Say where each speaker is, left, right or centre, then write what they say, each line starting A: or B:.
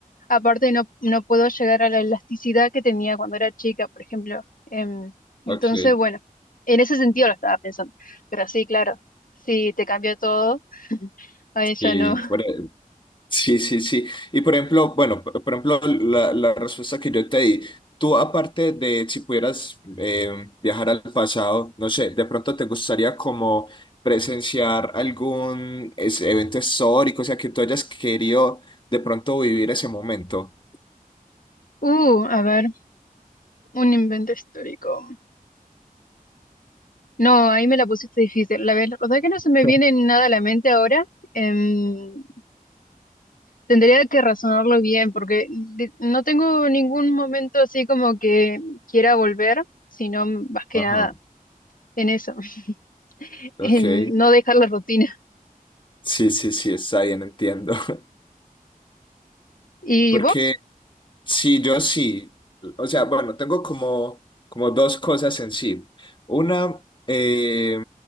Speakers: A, on the left; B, on the left.
A: Aparte, no, no puedo llegar a la elasticidad que tenía cuando era chica, por ejemplo. Em, entonces,
B: ok,
A: bueno, en ese sentido lo estaba pensando. Pero sí, claro, si te cambió todo, ahí ya
B: sí,
A: no. <laughs>
B: por, Sí, sí, sí. Y por ejemplo, bueno, por por ejemplo, la, la respuesta que yo te di, tú aparte de si pudieras eh, viajar al pasado, no sé, de pronto te gustaría como presenciar algún es- evento histórico, o sea, que tú hayas querido de pronto vivir ese momento.
A: Uh, a ver, un invento histórico. No, ahí me la pusiste difícil. La ver- verdad que no se
B: <laughs>
A: me viene nada a la mente ahora. Em, tendría que razonarlo bien porque de- no tengo ningún momento así como que quiera volver, sino más que
B: Ajá.
A: nada en eso, <laughs>
B: Ok.
A: en no dejar la rutina.
B: Sí, sí, sí, está bien, entiendo. <laughs>
A: ¿Y
B: Porque
A: vos?
B: Sí, yo sí. O sea, bueno, tengo como, como dos cosas en sí. Una, eh,